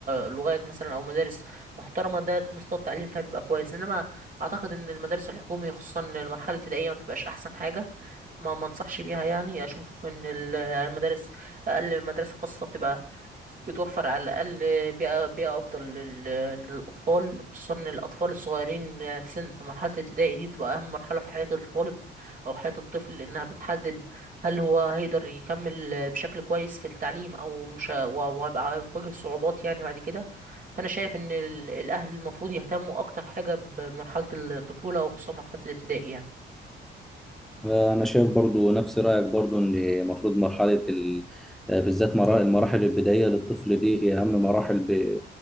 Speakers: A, on the right; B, in the centre.
A: لغات مثلا أو مدارس محترمة ده مستوى التعليم فيها بيبقى كويس إنما أعتقد إن المدارس الحكومية خصوصا المرحلة الابتدائية ما بتبقاش أحسن حاجة ما ما انصحش بيها يعني اشوف ان ال- المدارس اقل مدرسه خاصه بتبقى بتوفر على الاقل بيئه بيئه افضل لل- للاطفال خصوصا إن الاطفال الصغيرين في سن في مرحله الابتدائي دي بتبقى اهم مرحله في حياه الطالب او حياه الطفل لانها بتحدد هل هو هيقدر يكمل بشكل كويس في التعليم او مش ه- و- وهيبقى هيواجه صعوبات يعني بعد كده فانا شايف ان ال- الاهل المفروض يهتموا اكتر حاجه بمرحله الطفوله وخصوصا مرحله الابتدائي يعني
B: انا شايف برضو نفس رايك برضو ان المفروض مرحله ال... بالذات مرا- المراحل البدائيه للطفل دي هي اهم مراحل ب...